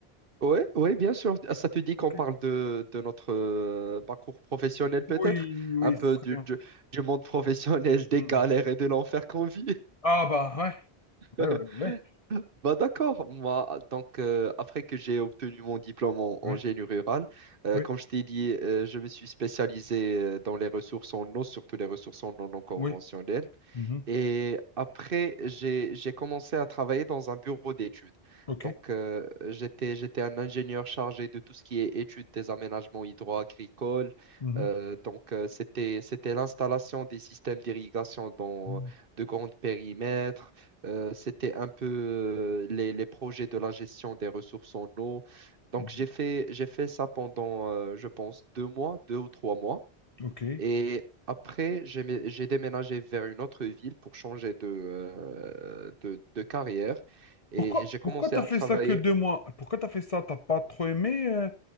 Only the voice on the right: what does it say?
Ouais, ouais, bien sûr. Ah, Ça te dit qu'on
parle de, de notre euh, parcours professionnel peut-être,
un peu
du,
du, du monde professionnel, <laughs> des
galères et de l'enfer qu'on vit.
<laughs>
Bah d'accord, moi, donc euh, après que j'ai obtenu mon diplôme en,
en génie rural, euh,
comme je t'ai dit, euh, je me suis spécialisé euh, dans les ressources en eau, surtout les ressources en eau non conventionnelles.
Et après, j'ai, j'ai commencé à travailler dans un bureau d'études.
Donc, euh, j'étais, j'étais un ingénieur chargé de tout ce qui est études des aménagements hydro-agricoles.
Euh, donc, euh, c'était, c'était l'installation des systèmes d'irrigation dans
de grands périmètres. Euh, c'était un peu euh, les, les projets de la gestion des ressources en eau. Donc,
j'ai fait, j'ai fait ça pendant, euh, je pense, deux mois, deux ou trois mois.
Et après, j'ai mé- j'ai déménagé vers une autre ville pour changer de, euh, de, de carrière et
j'ai commencé
à
travailler.